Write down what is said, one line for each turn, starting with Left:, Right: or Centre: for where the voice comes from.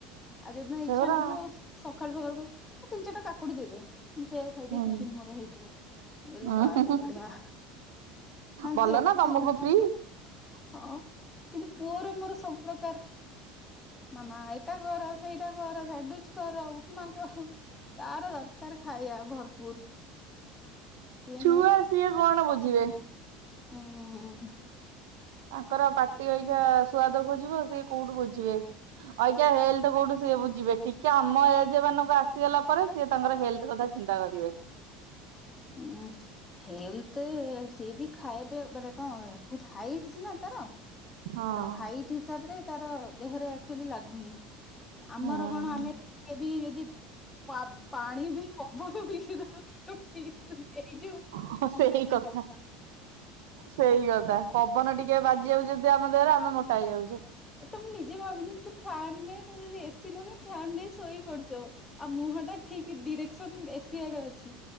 Left: ଆଉ ଯଦି
Right: ସେଗୁରା
Left: ଇଚ୍ଛା ନଥିବ ସକାଳୁ ସକାଳୁ ମୁଁ ତିନି ଚାରିଟା କାକୁଡି ଦେବେ। ମୁଁ ସେଇଆଉ ଖାଇଦ
Right: ହୁଁ
Left: ଟିଫିନ ମୋର ହେଇଯିବ ମୁଁ କହିଲି
Right: ଉଁ
Left: ବାହାରେ ମ
Right: ଭଲ
Left: ସେ ଏତେ
Right: ନା ତମକୁ
Left: ହ
Right: ଫ୍ରି
Left: କିନ୍ତୁ ପୁଅର ମୋର ସବୁ ପ୍ରକାର ମାମା ଏଇଟା କର ସେଇଟା କର ସାଣ୍ଡୱିଚ କର ଉପମା କର ତାର ଦରକାର ଖାଇ ଭରପୁର। ସିଏ
Right: ଛୁଆ ସିଏ କଣ ବୁଝିବେ।
Left: ହୁଁଉଁଉଁ।
Right: ତାଙ୍କର ପାଟି ଆଜ୍ା ସୁଆଦ ଖୋଜିବ ସେିଏ କୋଉଠି ବୋଝିବେ ଆଜ୍ା ହେଲଥ କୋଉଠି ସଏବୁ ଯିବେ ଟିକେ ଆମ ଏଜ ମାନଙ୍କୁ ଆସିଗଲା ପରେ ସେଏ ତାଙ୍କର ହେଲ୍ଥ କଥା ଚିନ୍ତା କରିବେ।
Left: <unintelligible> ଉଁ ହେଲଥ ସେ ବି ଖାଇବେ ମାନେ କଣ ବହୁତ ହାଇଟ ନା ତା
Right: ହଁ
Left: ତ ହାଇଟ ହିସାବରେ ତାର ଦେହରେ ଆଚୁଲି ଲାଗୁନି। ଆମର
Right: ହୁଁ।
Left: କଣ ଆମେ ଟିକେ ବି ଯଦି ପା ପାଣି ବି ପବନ ପି ପିଇ ନେଇଯୁ <unintelligible>
Right: ହଁ ସେଇ କଥା ସେଇ ତ ପବନ ଟିକେ ବାଜିଯାଉଚି ଯଦି ଆମ ଦେହରେ ଆମେ ମୋଟା ହେଇଯାଉଚୁ।
Left: ଏ ତମେ ନିଜେ ଭାବୁନ ଯଦି ଫ୍ୟାନ ନଁ ତମେ ଯଦି ଏସି ଲଗେଇ ଫ୍ୟାନ ଦେଇ ସୋ ଶୋଇ ପଡିଚ ଆଉ ମୁହଁ ଟା ଠିକ୍ ଡିରେକ୍ସନ ଏସି ଆଡେ ଅଛି।